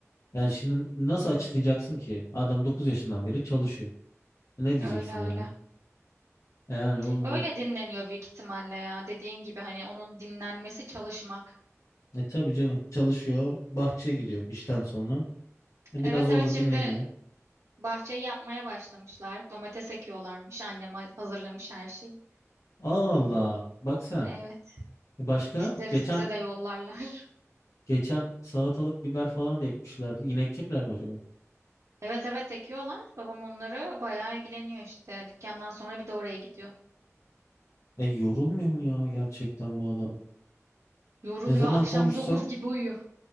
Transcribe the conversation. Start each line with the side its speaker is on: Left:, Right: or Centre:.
Left: Yani şimdi nasıl açıklayacaksın ki? Adam 9 yaşından beri çalışıyor. Ne diyeceksin
Right: Öyle
Left: yani?
Right: öyle.
Left: E Yani o, o-
Right: Öyle dinleniyor büyük ihtimalle ya. Dediğin gibi hani onun dinlenmesi çalışmak.
Left: e tabii canım çalışıyor. Bahçeye gidiyor işten sonra. E Biraz
Right: Evet
Left: orada
Right: evet şimdi
Left: dinleniyor.
Right: Bahçeyi yapmaya başlamışlar. Domates ekiyorlarmış. Annem ha- hazırlamış her şeyi.
Left: Allah Allah. Bak sen.
Right: Evet.
Left: E Başka?
Right: isteriz
Left: Geçen
Right: bize de yollarlar. <laughs>
Left: geçen salatalık biber falan da ekmişlerdi. Yine ekecekler mi acaba?
Right: Evet evet ekiyorlar. Babam onları bayağı ilgileniyor işte. Dükkandan sonra bir de oraya gidiyor.
Left: E yorulmuyor mu ya gerçekten bu adam?
Right: Yoruluyor.
Left: Ne zaman
Right: Akşam
Left: konuşsam?
Right: 9 gibi uyuyor.